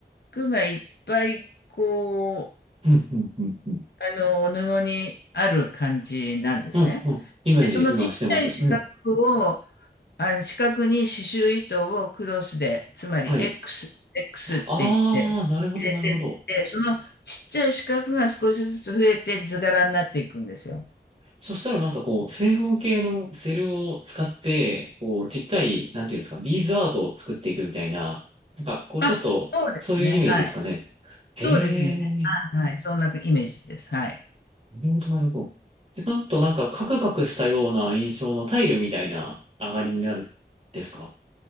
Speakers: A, on the left; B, on the right.
A: がいっぱい、こ
B: うん、うん、うん、うん。
A: う、あのー布にある感じなんですね。
B: うん、うん。イメージ、
A: で、そのちっちゃい四角
B: 今してます。うん。
A: を、あの四角に刺繍糸をクロスで、つまり
B: はい。
A: X、X
B: あー、
A: って言って入れてって、
B: なるほど、なるほど。
A: そのちっちゃい四角が少しずつ増えて図柄になっていくんですよ。
B: そしたらなんかこう、正方形のセルを使って、こう、ちっちゃい、なんていうんですか、ビーズアートを作っていくみたいな、なんかこう、
A: あ、
B: ちょっと、
A: そうですね。
B: そういうイメージですかね。
A: はい。
B: へー。
A: そうですね。はい。そんなイメージです。はい。
B: なるほど、なるほど。で、なんとなんかカクカクしたような印象のタイルみたいな上がりになるんですか